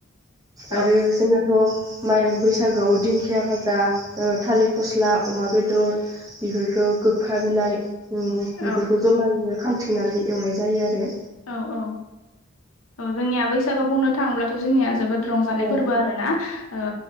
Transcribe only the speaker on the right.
आरो जोंना थ' माइ बैसागोआव दिंखिया भाजा ओ थालिर, फस्ला, अमा बेदर बेफोरखौ गोखा बिलाइ उम बेफोरखौ
जमायैनो खांथिंनानै एवनाय जायो आरो
ओ